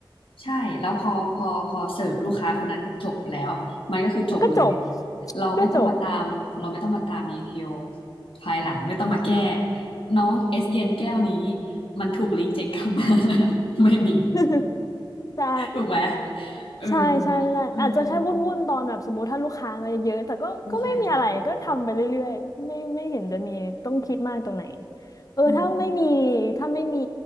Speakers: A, on the left; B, on the left.
A: ใช่แล้วพอพอพอเสิร์ฟลูกค้าคนนั้นจบแล้วมันก็คือจบเลย
B: ก็จบ
A: เราไม่ต้องมาตามเราไม่ต้องมาตามดีเทล
B: ก็จบ
A: ภายหลังไม่ต้องมาแก้น้องเอสเย็นแก้วนี้มันถูกรีเจ็คกลับมานะ <laughs> ไม่มี
B: <laughs> ใช่
A: ถูกไหมเออ
B: ใช่ใช่ใช่อาจจะแค่วุ่นวุ่นตอนแบบสมมติถ้าลูกค้ามาเยอะๆแต่ก็ก็ไม่มีอะไรก็ทำไปเรื่อยๆไม่ไม่เห็นจะมีต้องคิดมากตรงไหน
A: เออเออเออลูกค้าเยอะเออ
B: เออถ้าไม่มี
A: เออ
B: ถ้าไม่มี